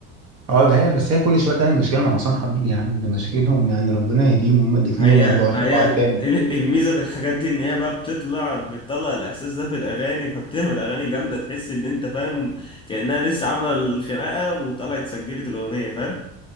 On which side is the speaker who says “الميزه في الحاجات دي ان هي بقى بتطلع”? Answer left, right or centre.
Left